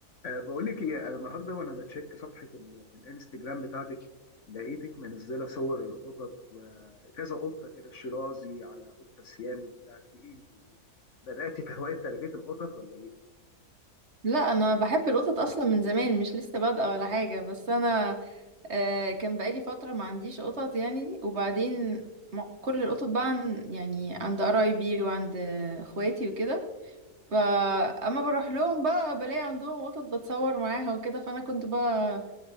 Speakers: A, on the left (about 55°); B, on the right (about 50°).
A: أه بقول لك ايه انا النهارده وانا بتشيك صفحه ال- الانستجرام بتاعتك لقيتك منزله صور قطط وكذا قطه كده شيرازي على قطه سيام وبتاع دي ايه انت بداتي في هوايه تربيه القطط ولا ايه؟
B: لا انا بحب القطط اصلا من زمان مش لسه بادئه ولا حاجه بس انا آه، كان بقالي فتره ما عنديش قطط يعني وبعدين م- كل القطط بقى عن يعني عند قرايبي وعند آه، اخواتي وكده فاما بروح لهم بقى بلاقي عندهم قطط بتصور معاها وكده فانا كنت بقى